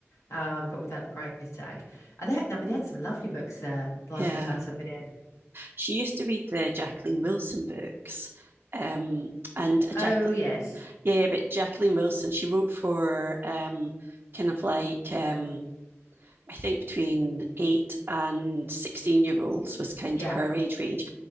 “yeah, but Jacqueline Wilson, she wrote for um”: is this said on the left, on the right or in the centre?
Right